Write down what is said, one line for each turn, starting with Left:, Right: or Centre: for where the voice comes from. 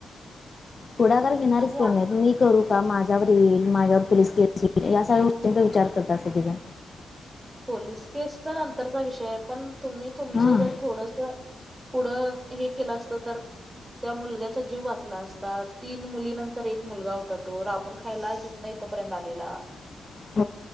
Left: पुडाकार घेणारच
Right: आणि
Left: कोण नाही मी करू. का माझ्यावर येईल माझ्यावर पोलीस केस येईल या सगळ्या गोष्टींचा विचार करत असं की जण
Right: पोलीस केसचा नंतरचा विषय आहे पण तुम्ही तुमचं
Left: हां
Right: जर थोडस. पुढं हे केलं असत तर त्या मुलग्याचा जीव वाचला असता तीन मुली नंतर एक मुलगा होता तो राबून खायला तिथ नाही. तोपर्यंत आलेला.
Left: <unintelligible>